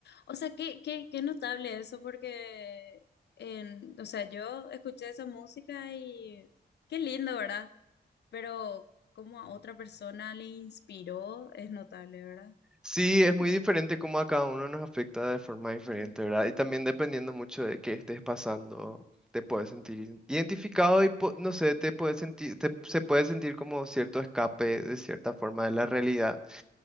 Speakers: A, on the left; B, in the centre.
A: O sea, qué, qué, qué notable eso, porque en, o sea, yo escuché esa música y qué lindo, ¿verdad? Pero como a otra persona le inspiró, es notable, ¿verdad?
B: Sí, es
A: Qué
B: muy
A: lindo.
B: diferente cómo a cada uno nos afecta de forma diferente,
A: Ujú.
B: ¿verdad? Y también dependiendo mucho de qué estés pasando, te puedes sentir identificado y po- no sé, te puedes sentir, te- se puede sentir como cierto escape de cierta forma de la realidad,